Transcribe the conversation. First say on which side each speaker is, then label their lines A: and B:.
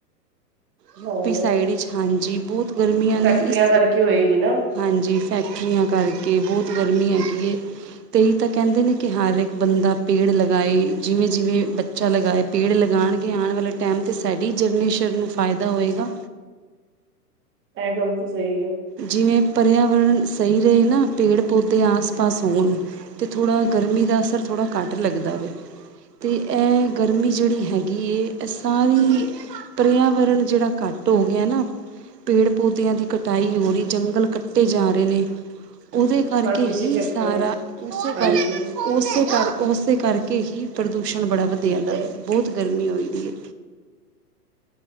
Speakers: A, on the right; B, on the right.
A: ਯੂ
B: ਹਾਂ
A: ਪੀ ਸਾਈਡ ਵਿੱਚ ਹਾਂਜੀ ਬਹੁਤ ਗਰਮੀਆਂ ਨੇ।
B: ਫੈਕਟਰੀਆਂ
A: ਇਸ
B: ਕਰਕੇ ਹੋਏਗੀ ਨਾ।
A: ਹਾਂਜੀ ਫੈਕਟਰੀਆਂ ਕਰਕੇ ਬਹੁਤ ਗਰਮੀ ਹੈਗੀ ਏ ਤੇਈ ਤਾਂ ਕਹਿੰਦੇ ਨੇ ਕਿ ਹਰ ਇੱਕ ਬੰਦਾ ਪੇੜ ਲਗਾਏ। ਜਿਵੇਂ- ਜਿਵੇਂ ਬੱ। ਬੱਚਾ ਲਗਾਏ ਪੇੜ ਲਗਾਉਣਗੇ ਆਉਣ ਵਾਲੇ ਟਾਈਮ 'ਤੇ ਸਾਡੀ ਜਨਰੇੇਸ਼ਨ ਨੂੰ ਫਾਇਦਾ ਹੋਏਗਾ।
B: ਐਹ ਗੱਲ ਤਾਂ ਸਹੀ ਹੈ।
A: ਜਿਵੇਂ ਪਰਿਆਵਰਨ ਸਹੀ ਰਹੇ ਨਾ ਪੇੜ ਪੌਦੇ ਆਸ ਪਾਸ ਹੋਣ। ਤੇ ਥੋੜ੍ਹਾ ਗਰਮੀ ਦਾ ਅਸਰ ਥੋੜਾ ਘੱਟ ਲੱਗਦਾ ਵੇ। ਤੇ ਐਹ ਗਰਮੀ ਜਿਹੜੀ ਹੈਗੀ ਹੈ। ਇਹ ਸਾਰੀ ਪਰਿਆਵਰਨ ਜਿਹੜਾ ਘੱਟ ਹੋ ਗਿਆ ਨਾ ਪੇੜ ਪੌਦਿਆਂ ਦੀ ਕਟ ਤਾਈ ਹੋ ਰਹੀ ਜੰਗਲ ਕੱਟੇ ਜਾ ਰਹੇ ਨੇ। ਉਹਦੇ ਕਰਕੇ
B: ਬਸ
A: ਹੀ
B: ਇਸੀ ਚੱਕਰ
A: ਸਾਰਾ
B: ਵਿੱਚ
A: ਉਸੇ
B: ਹਾਂਜੀ
A: ਕਰਕੇ ਉਸ ਕਰ ਉਸ। ਉਹਦੇ ਕਰਕੇ ਹੀ ਪ੍ਰਦੂਸ਼ਣ ਬੜਾ ਵਧਿਆ ਜਾਂਦਾ ਬਹੁਤ ਗਰਮੀ ਹੋਈ ਦੀ ਹੈ।